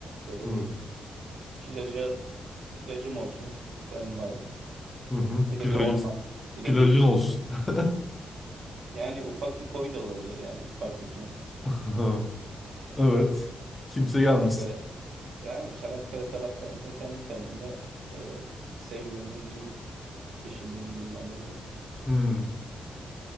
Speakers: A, on the right; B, on the left.
A: Böyle
B: Hmm,
A: bir plaja, plajım olsun kendime ait.
B: Hı hı.
A: Bir
B: Plaj,
A: de bir orman. Bir
B: plajın
A: de bir çiftlik.
B: olsun. <laughs>
A: Yani ufak bir koy da olabilir yani hiç fark etmez.
B: Aha, Evet. Kimse
A: Çanakkale
B: gelmesin.
A: Yani Çanakkale taraflarında kendi kendime e, sevgilimle yüzeyim, eşimle yüzeyim anladın mı?
B: Hmm.